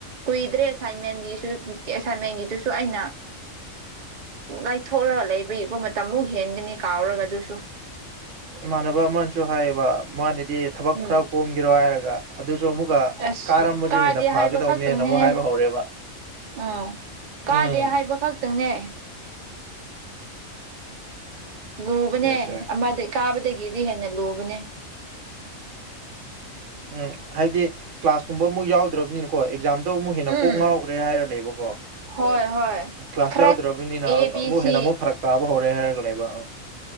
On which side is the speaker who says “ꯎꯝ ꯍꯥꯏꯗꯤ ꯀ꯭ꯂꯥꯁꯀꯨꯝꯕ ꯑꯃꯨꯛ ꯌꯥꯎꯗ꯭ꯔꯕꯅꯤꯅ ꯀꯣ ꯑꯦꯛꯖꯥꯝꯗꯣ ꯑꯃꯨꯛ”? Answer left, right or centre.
Right